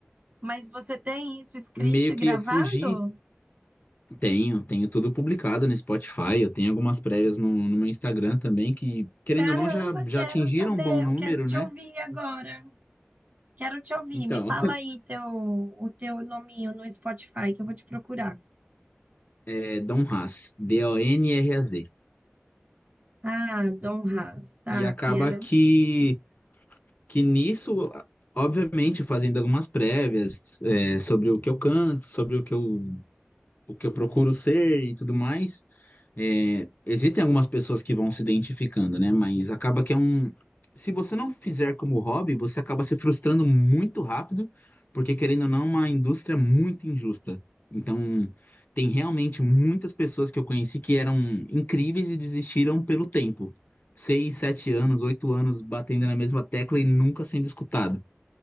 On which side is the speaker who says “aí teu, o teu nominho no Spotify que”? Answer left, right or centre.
Right